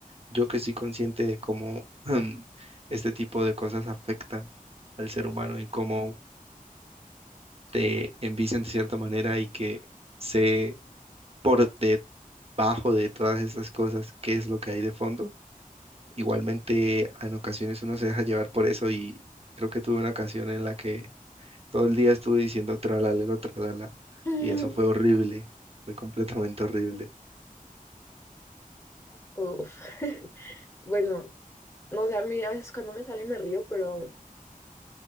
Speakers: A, on the right; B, on the left.
A: yo que soy consciente de cómo <laughs> este tipo de cosas afectan al ser humano y cómo te envician de cierta manera y que sé por debajo de todas estas cosas qué es lo que hay de fondo. Igualmente, en ocasiones uno se deja llevar por eso y creo que tuve una ocasión en la que Todo el día estuve diciendo tralalero, tralala,
B: <laughs>
A: y eso fue horrible, fue completamente horrible.
B: Uf. <laughs> Bueno, no sé, a mí a veces cuando me sale me río, pero